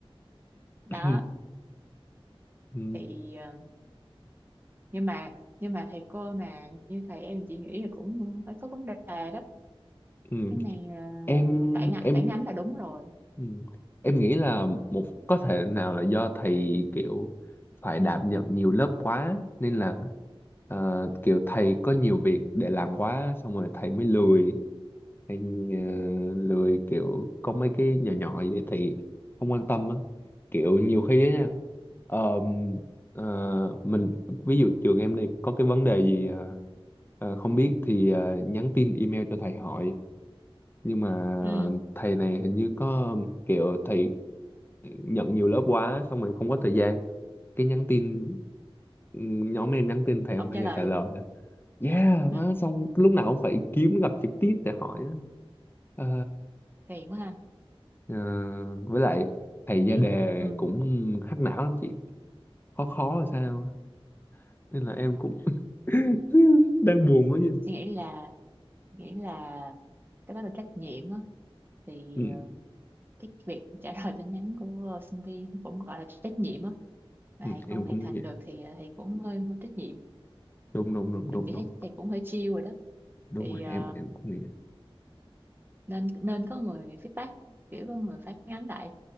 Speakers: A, on the right; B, on the left.
A: đó
B: <coughs> Ừ.
A: thì ờ, nhưng mà nhưng mà thầy cô mà như thầy em chị nghĩ là cũng phải có vấn đề đó
B: Ừ.
A: cái này là
B: Em,
A: phản ngã
B: em
A: phản ánh là đúng rồi
B: Ừ. Em nghĩ là một có thể nào là do thầy kiểu phải đảm nhận nhiều lớp quá nên là ờ, kiểu thầy có nhiều việc để làm quá xong rồi thầy mới lười hay ờ, lười kiểu có mấy cái nhỏ nhỏ vậy thì không quan tâm á kiểu nhiều khi á nha ờm, ờ, mình ví dụ trường em đi có cái vấn đề gì ờ, ờ, không biết thì ờ, nhắn tin email cho thầy hỏi nhưng mà
A: ừ
B: thầy này hình như có kiểu thầy nhận nhiều lớp quá xong rồi không có thời gian cái nhắn tin ừ, nhóm em nhắn tin thầy
A: không
B: không bao
A: trả
B: giờ
A: lời
B: trả
A: luôn
B: lời á. yeah
A: ừ
B: má xong lúc nào cũng phải kiếm gặp trực tiếp để hỏi á. Ờ,
A: phiền quá ha
B: ờ, với lại thầy ra
A: chị
B: <laughs> đề
A: ừ
B: cũng hack não lắm chị khó khó là sao á. nên là em cũng <laughs> đang buồn mới giờ
A: chị nghĩ là nghĩ là cái đó là trách nhiệm á thì
B: ừ,
A: ờ, cái việc trả lời tin nhắn của ờ, sinh viên cũng gọi là trách nhiệm á mà
B: ừ,
A: thầy
B: em
A: không hoàn
B: cũng
A: thành
B: nghĩ vậy
A: được thì ờ, thầy cũng hơi vô trách nhiệm
B: đúng đúng đúng
A: thì
B: đúng
A: chị
B: đúng
A: thấy thầy cũng hơi chill rồi đó
B: đúng
A: thì
B: rồi
A: ờ,
B: em em cũng nghĩ vậy
A: nên nên có người feedback kiểu có người phản ánh lại